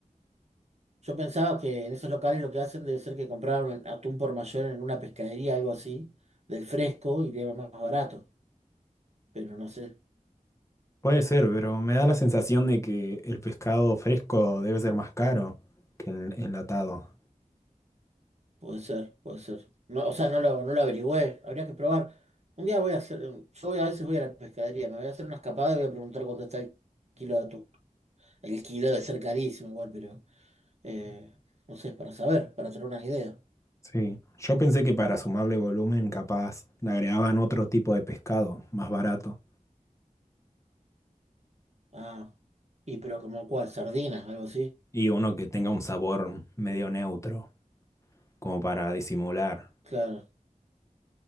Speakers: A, on the right (about 50°); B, on the left (about 20°).
A: Yo pensaba que en esos locales lo que hacen debe ser que compraron atún por mayor en una pescadería, algo así, del fresco y de más barato. Pero no sé,
B: puede ser, pero me da la sensación de que el pescado fresco debe ser más caro que el enlatado.
A: puede ser, puede ser. No, o sea, no lo, no lo averigüé, habría que probar. Un día voy a hacer, yo voy- a veces voy a la pescadería, me voy a hacer una escapada y voy a preguntar cuánto está el kilo de atún. El kilo debe ser carísimo igual, pero eh, no sé, para saber, para tener una idea.
B: Sí, yo pensé que para sumarle volumen, capaz le agregaban otro tipo de pescado, más barato,
A: Ah, y pero como cuál, sardinas, algo así.
B: y uno que tenga un sabor medio neutro, como para disimular.
A: Claro,